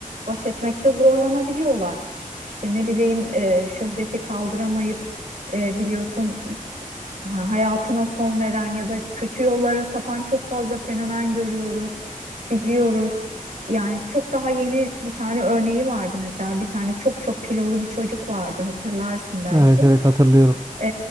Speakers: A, on the right; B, on the right.
A: baş etmekte zorlanabiliyorlar. İşte ne bileyim e, şöhreti kaldıramayıp e, biliyorsun ha- hayatına son veren ya da kötü yollara sapan çok fazla fenomen görüyoruz, biliyoruz. Yani çok daha yeni bir tane örneği vardı mesela bir tane çok çok kilolu bir çocuk vardı hatırlarsın belki.
B: Evet evet hatırlıyorum.
A: E,